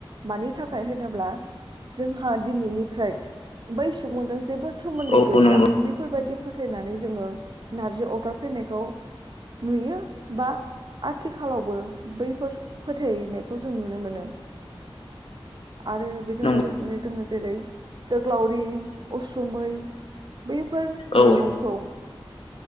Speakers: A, on the right; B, on the left.
A: मानि था खाय होनोब्ला जों हा दिनैनिफ्राय बै सुबुंजों जेबो सोमोन्दै
B: औ
A: गैला
B: नंगौ
A: बेफोरबादि फोथायनानै जोङो नारजि अरगार फैनायखौ नुयो बा आथिखालावबो बैफोर फोथायनायखौ जों नुनो मोनो। आरो बेजों
B: नंगौ
A: लोगोसेनो जोङो जेरै जोग्लावरि उसुमै बैफोर
B: औ
A: मैगंखौ